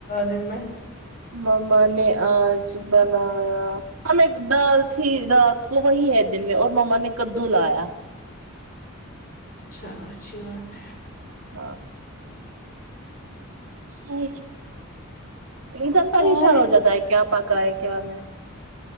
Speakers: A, on the left (about 40°); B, on the right (about 85°).
A: دن میں
B: مما نے آج بنایا ہم ایک دال تھی رات کو وہی ہے دن میں اور مما نے کدو لایا
A: چلو اچھی بات ہے
B: ہاں آا انسان پریشان
A: اور
B: ہو جاتا ہے کیا پکا ہے کیا میں